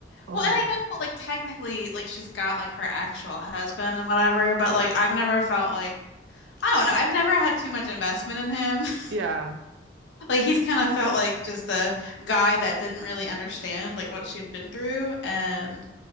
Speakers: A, on the right; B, on the left.
A: oh
B: Well,
A: my
B: and I
A: God.
B: know, like, technically, like, she's got, like, her actual husband and whatever, but, like, I've never felt like, I don't know, I've never had too much investment in him. <laughs>
A: Yeah.
B: Like, he's kind of felt like just the guy that didn't really understand, like, what she'd been through. And